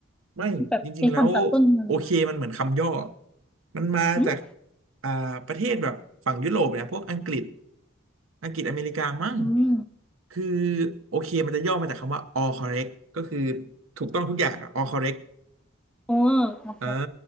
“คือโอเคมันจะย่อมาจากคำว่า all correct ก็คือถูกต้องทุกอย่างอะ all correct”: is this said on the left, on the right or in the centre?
Right